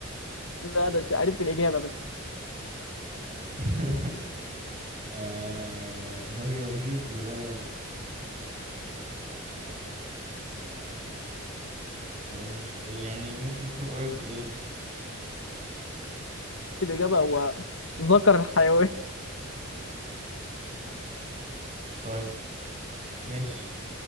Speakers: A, on the left (about 75°); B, on the right (about 35°).
A: لا انا مش عارف الاجابه بس
B: <laughs> آه... لا يبيض ولا يلد آه، مش يعني ممكن يكون قريب ايه
A: الاجابه هو ذكر الحيوان
B: طيب ماشي